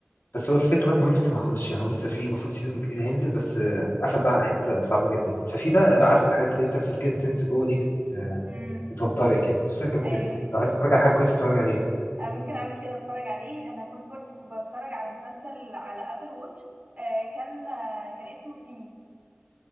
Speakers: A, on the left (about 65°); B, on the right (about 40°).
A: بس هو الفكره بقى ان هو لسه ما خلصش يعني هو لسه في المفروض سيزون جديد هينزل بس آه، قفل بقى على حته صعبه جدا يعني ففي بقى عارفه الحاجات اللي هي بتحصل كده انتنس جوه دي بت آه،
B: امم
A: بتوترك يعني مسلسل جامد
B: ايوه
A: جدا لو عايز تتفرج على حاجه كويسه اتفرج عليه
B: انا ممكن اعمل كده اتفرج عليه انا كنت برضه بتفرج على مسلسل على ابل واتش آه كان آه كان اسمه سي